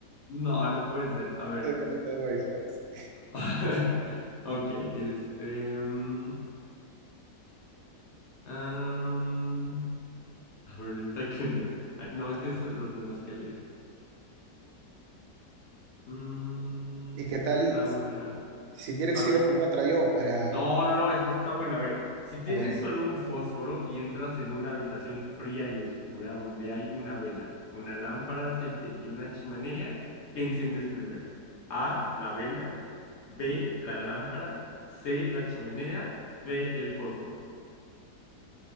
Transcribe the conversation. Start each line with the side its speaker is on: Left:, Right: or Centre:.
Left: No, no puede ser. A ver.
Right: Se desconecta del Wi-Fi, sí.
Left: <laughs> Ok, este. mm, am, a ver, esta que no. Ah, no, es que eso lo tendrás que leer. Mm,
Right: ¿Y qué tal?
Left: ¿cuál será buena?
Right: Si quieres
Left: A
Right: sigo
Left: ver.
Right: con otra yo para,
Left: No,
Right: para-
Left: no, no, esta está buena. A ver, si tienes
Right: a ver.
Left: solo un fósforo y entras en una habitación fría y oscura donde hay una vela, una lámpara de aceite y una chimenea, ¿qué enciendes primero? A, la vela, B, la lámpara, C, la chimenea, D, el fósforo.